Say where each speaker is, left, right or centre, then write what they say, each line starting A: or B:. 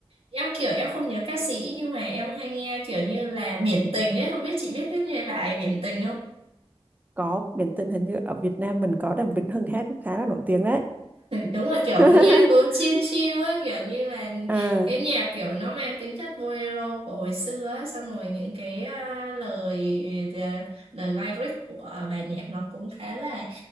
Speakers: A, on the right; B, on the right.
A: em kiểu em không nhớ ca sĩ nhưng mà em hay nghe kiểu như là Biển Tình ấy không biết chị biết cái bài Biển Tình không
B: có biển tình hình như ở Việt Nam mình có Đàm Vĩnh Hưng hát cũng khá là nổi tiếng đấy
A: Đúng là kiểu
B: <laughs>
A: nghe cuốn chill chill á kiểu như là
B: à
A: cái nhạc kiểu nó mang tính chất bolero của hồi xưa á xong rồi những cái à, lời ờ, lời lyric của bài nhạc nó cũng khá là